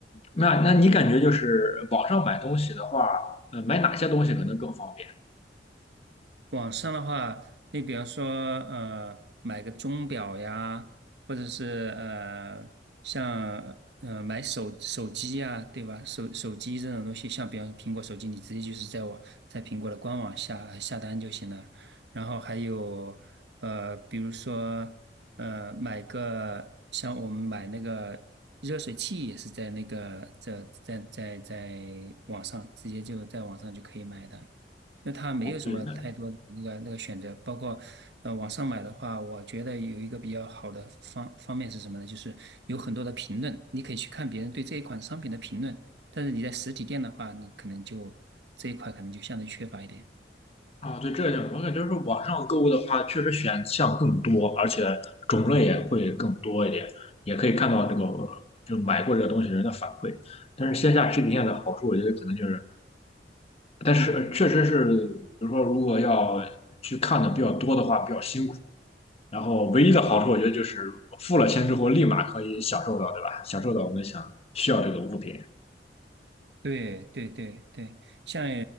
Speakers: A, on the left; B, on the right.
A: 那那你感觉就是网上买东西的话，呃，买哪些东西可能更方便？
B: 网上的话，你比方说，呃，买个钟表呀，或者是呃，像呃买手手机呀，对吧？手手机这种东西，像比方说苹果手机，你直接就是在我在苹果的官网下下单就行了。然后还有呃，比如说呃，买个像我们买那个热水器也是在那个在在在在网上直接就在网上就可以买的。那它没有什么太多的那个那个选择，
A: 哦，对，那
B: 包括呃网上买的话，我觉得有一个比较好的方方面是什么呢？就是有很多的评论，你可以去看别人对这一款商品的评论，但是你在实体店的话，你可能就这一块可能就相对缺乏一点。
A: 啊，对，这一点我感觉是网上购物的话，确实选项更多，而且种类也会更多一点，也可以看到这个就买过这个东西人的反馈。但是线下实体店的好处，我觉得可能就是。但是确实是，比如说如果要去看的比较多的话，比较辛苦。然后唯一的好处，我觉得就是付了钱之后立马可以享受到，对吧？享受到我们想需要这个物品。
B: 对对对对，像